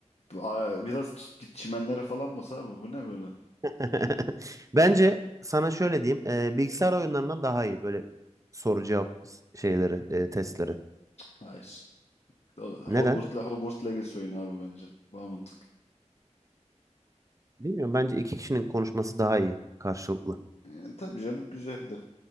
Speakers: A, on the left; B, on the right.
A: a- biraz ç- git çimenlere falan bas abi. Bu ne böyle?
B: <laughs> Bence sana şöyle diyeyim. e, bilgisayar oyunlarından daha iyi böyle soru cevap şeyleri, e, testleri.
A: Hayır. O-
B: Neden?
A: Hogwarts, Hogwarts Legacy oyunu abi bence. Daha mantıklı.
B: Bilmiyorum. Bence iki kişinin konuşması daha iyi karşılıklı.
A: Yani, tabii canım güzeldi.